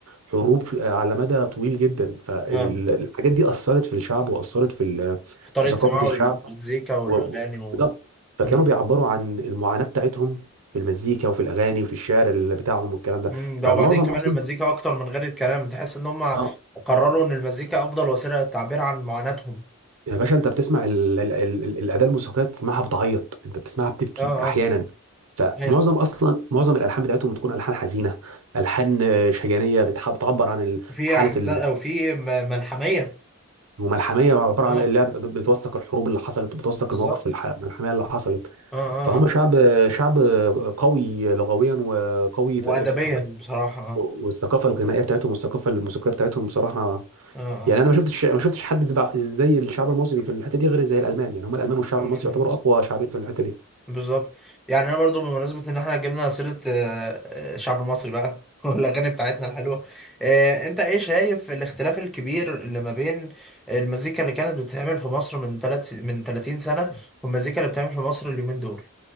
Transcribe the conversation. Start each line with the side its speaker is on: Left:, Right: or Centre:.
Right: حروب في- على مدى طويل جدا فالحاجات
Centre: اه
Right: دي اثرت في الشعب واثرت في ال-
Centre: في طريقه
Right: في ثقافه
Centre: سماعه
Right: الشعب
Centre: المزيكا والاغاني
Right: و- و- بالظبط
Centre: و
Right: فكانوا
Centre: مم.
Right: بيعبروا عن المعاناه بتاعتهم في المزيكا وفي الاغاني وفي الشعر اللي بتاعهم والكلام ده
Centre: مم. ده
Right: فمعظم
Centre: وبعدين كمان
Right: اصلا
Centre: المزيكا اكتر من غير الكلام تحس ان هم
Right: اه
Centre: قرروا ان المزيكا افضل وسيله للتعبير عن معاناتهم
Right: يا باشا انت بتسمع ال ال ال ال- الاداه الموسيقيه بتسمعها بتعيط انت بتسمعها
Centre: مم.
Right: بتبكي
Centre: اه
Right: احيانا
Centre: اه
Right: فمعظم
Centre: ايوه
Right: اصلا معظم الالحان بتاعتهم بتكون الحان حزينه الحان شجانيه بتح- بتعبر عن ال-
Centre: وفي
Right: حاله
Centre: احزان
Right: ال...
Centre: او في م- ملحميه
Right: وملحميه عباره
Centre: اه
Right: عن اللي هي بت- بتوثق الحروب اللي حصلت بتوثق
Centre: بالظبط
Right: المواقف الح- الملحميه اللي حصلت
Centre: اه اه
Right: فهم
Centre: اه
Right: شعب شعب قوي لغويا وقوي
Centre: وادبيا
Right: ث- ف- ف-
Centre: بصراحه اه
Right: والثقافه الغنائيه بتاعتهم والثقافه الموسيقيه بتاعتهم بصراحه
Centre: اه اه
Right: يعني انا ما شفتش ما شفتش حد زبع- زي الشعب المصري في الحته دي غير زي الالمان يعني هم الالمان والشعب
Centre: مم.
Right: المصري يعتبروا اقوى شعبين في الحته دي
Centre: بالظبط يعني انا برضو بمناسبه ان احنا جبنا سيره آه، آه، الشعب المصري بقى <laughs> والاغاني بتاعتنا الحلوه آه، انت ايه شايف الاختلاف الكبير اللي ما بين المزيكا اللي كانت بتتعمل في مصر من ثلاث من 30 سنه والمزيكا اللي بتتعمل في مصر اليومين دول